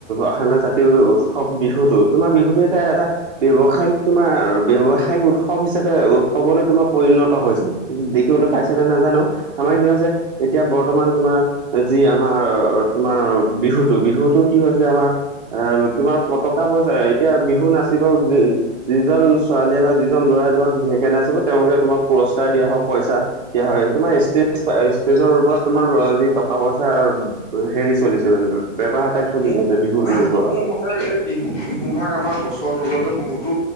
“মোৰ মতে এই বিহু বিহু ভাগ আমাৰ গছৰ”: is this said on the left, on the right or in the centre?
Left